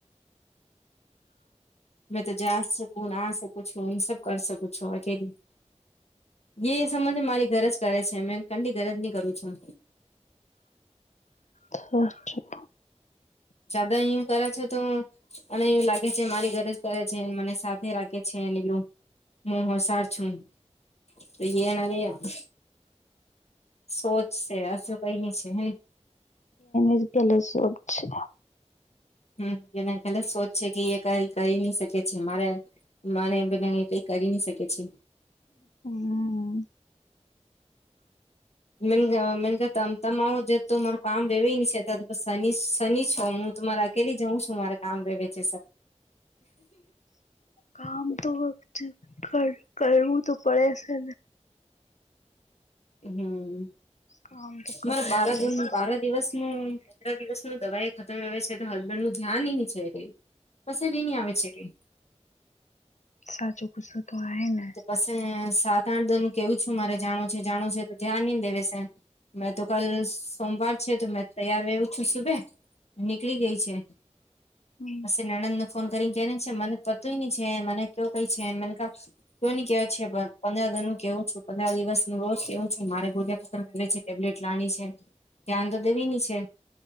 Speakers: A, on the left (about 60°); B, on the left (about 85°).
A: મેં તો જા સકું આ સકું છ હું સબ કર શકું છ હું અકેલી. જે સમજ મારી ઘર જ કરે છે મે કંડી ઘર જ નહી કરું છું.
B: હઠ
A: જદા યુ કરે છે તો. અને એવું લાગે છે મારી ઘરેજ કરે છે મને સાથે રાખે છે યુ હ હ સાર છું તો એના ર સોચ છે હશું કઈ ન છે હ.
B: એ કેલે શું છે.
A: હમ્મ એને કલે સોચ છે કે એ કઈ કરી નઈ શકે છે મારે. મને એ બધા કઈ કરી ન શકે છે.
B: હમ
A: મન મન ત તમામ. જો તો તમારું કામ વેવેય હી છે ત શનિ શનિ છો હું તમારે અકેલી જાઉં છું મારે કામ રે બે છેે સ.
B: કામ તો વત કર કરવું તો પડે છે.
A: હમ્મ
B: કામ તો કરવું
A: મારે બાર
B: પડે
A: જૂન
B: છે
A: બાર દિવસનું પંદર દિવસનું દવાઈ ખતમ આવે છે તો હસબેન્ડ નું ધ્યાન ન છેઈ પસ બી ની આવે છે કઈ
B: સાચો ગુસ્સો તો આ ને.
A: પછ સાત આઠ દ નું કેવું છું મારે જાણો છે જાણો છે તો ધ્યાન નઈને દેવેશે. મેં તો કાલ સોમવાર છે તો મેં તૈયાર રહવું છું સુભે. નીકળી ગય છે
B: હમ્મ
A: પસે નણંદ નો ફોન કરીન કે છે મને પતુંય નહી છે મને કવ કઈ છે મન ક કોની કેવા છે પંદર દન નું કેવું છું પંદર દિવસ નું રોજ કેવું છે મારે ગોળિયા ખતર છે ટેબ્લેટ લાણી છે ધ્યાન તો દેવીની છે